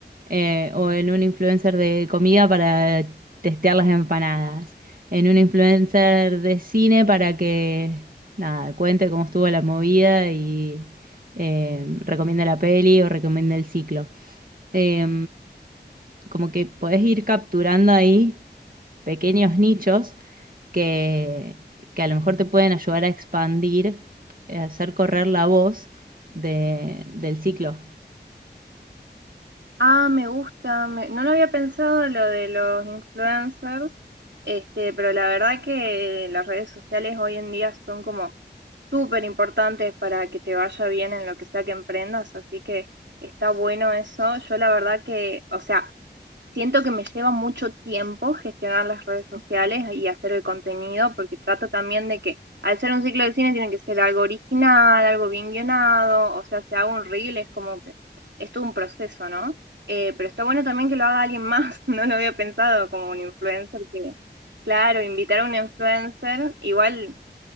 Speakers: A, on the right (about 50°); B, on the right (about 80°).
A: eh, o en un influencer de comida para testear las empanadas, en un influencer de cine para que nada, cuente cómo estuvo la movida y eh, recomiende la peli o recomiende el ciclo. Eh, como que podés ir capturando ahí pequeños nichos que, que a lo mejor te pueden ayudar a expandir, eh, hacer correr la voz de- del ciclo.
B: Ah, me gusta, me- no lo había pensado lo de los influencers, este, pero la verdad que las redes sociales hoy en día son como súper importantes para que te vaya bien en lo que sea que emprendas, así que está bueno eso. Yo la verdad que, o sea, siento que me lleva mucho tiempo gestionar las redes sociales y hacer el contenido, porque trato también de que al ser un ciclo de cine tiene que ser algo original, algo bien guionado, o sea, si hago un reel es como que es todo un proceso, ¿no? Eh, pero está bueno también que lo haga alguien más, <laughs> no lo había pensado como un influencer que... Claro, invitar a un influencer, igual